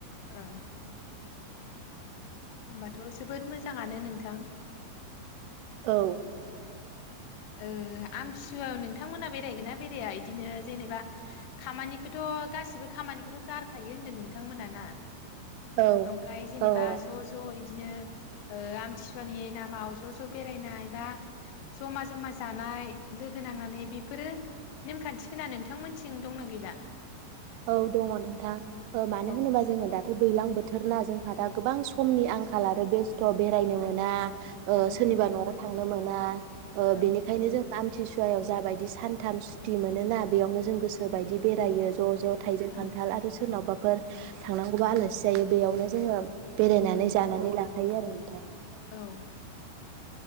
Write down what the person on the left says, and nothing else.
ओं होमबाथ जोबोद मोजाङानो नोंथां।
ओ आमथिसुवायाव नोंथांमोना बेरायगोना बेराया इदिनो जेनेबा खामानिखौथ गासिबो खामानिखौथ' गारखायो होनदों नों थांमोना ना
ओमफाय जेनेबा
ज ज इदिनो ओ आमथिसुवानि नामाव ज ज बेरायनाय बा जमा जमा जानाय लोगो नांनानै बेफोरो नेमखान्थि फोरा नोंथांमोनथिं दंना गैला?
औ
ओं
ओं
ओं
ओं
औ
औ